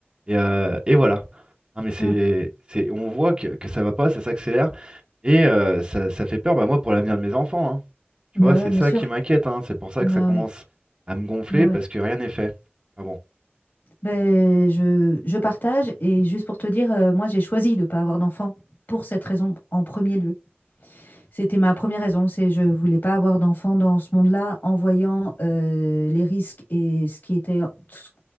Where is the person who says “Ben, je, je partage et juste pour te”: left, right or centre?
Left